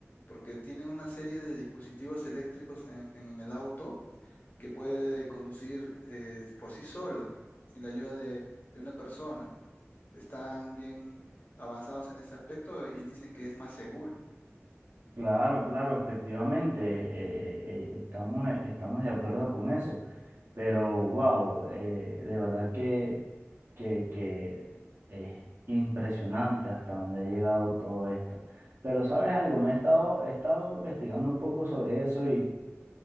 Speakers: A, on the left; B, on the right.
A: porque tiene una serie de dispositivos eléctricos en, en el auto que puede conducir eh, por sí solo, sin la ayuda de, de una persona. Están bien avanzados en ese aspecto y dicen que es más seguro.
B: Claro, claro, efectivamente, eh, eh, estamos, eh, estamos de acuerdo con eso, pero wow, de verdad que, que, que es impresionante hasta dónde ha llegado todo esto. Pero ¿sabes algo? Me he estado, he estado investigando un poco sobre eso y,